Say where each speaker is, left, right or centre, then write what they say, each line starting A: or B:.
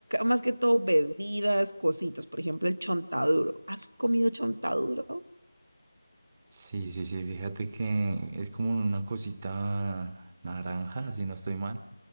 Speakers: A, on the right; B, on the right.
A: más que todo bebidas, cositas, por ejemplo, el chontaduro. ¿Has comido chontaduro?
B: Sí, sí, sí, fíjate que es como una cosita naranja, si no estoy mal.